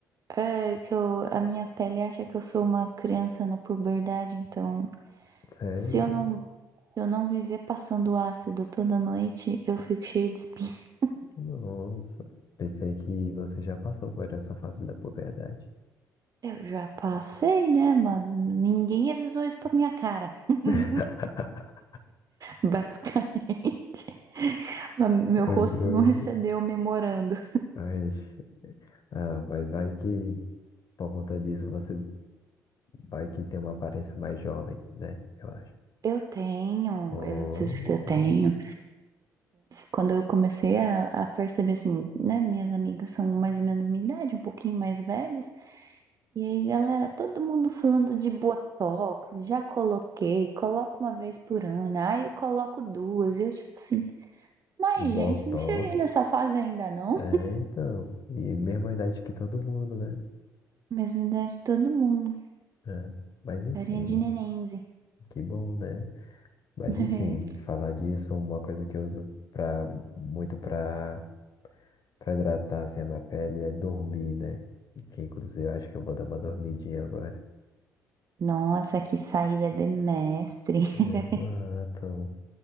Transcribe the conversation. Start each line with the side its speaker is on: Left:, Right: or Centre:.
Right: é que eu, a minha pele acha que eu sou uma criança na puberdade, então
Left: Sério?
Right: Se eu não, se eu não viver passando ácido toda noite, eu fico cheia de espinha. <laughs>
Left: Nossa. Pensei que você já passou por essa fase da puberdade.
Right: Eu já passei, né? Mas ninguém avisou isso pra minha cara. <laughs>
Left: <laughs>
Right: Basicamente. Meu
Left: Oi,
Right: rosto
Left: não.
Right: não recebeu o memorando.
Left: Mas, ah, mas vai que por conta disso você vai que tem uma aparência mais jovem, né? Eu acho.
Right: Eu tenho,
Left: Oh,
Right: eu, eu tenho.
Left: mas eu-
Right: Quando eu comecei a, a perceber, assim, né? Minhas amigas são mais ou menos minha idade, um pouquinho mais velhas. E aí, galera, todo mundo falando de Botox, já coloquei, coloco uma vez por ano, aí eu coloco duas, e eu tipo assim, mas gente,
Left: Botox,
Right: não cheguei nessa fase ainda não.
Left: É, então, e mesma idade que todo mundo, né?
Right: Mesma idade de todo mundo,
Left: É, mas enfim,
Right: carinha de nenenze.
Left: que bom, né? Mas
Right: <laughs>
Left: enfim, falar disso, uma coisa que eu uso pra, muito pra, pra hidratar assim, a minha pele é dormir, né? Que inclusive eu acho que eu vou dar uma dormidinha agora.
Right: Nossa, que saída de mestre. <laughs>
Left: Exato.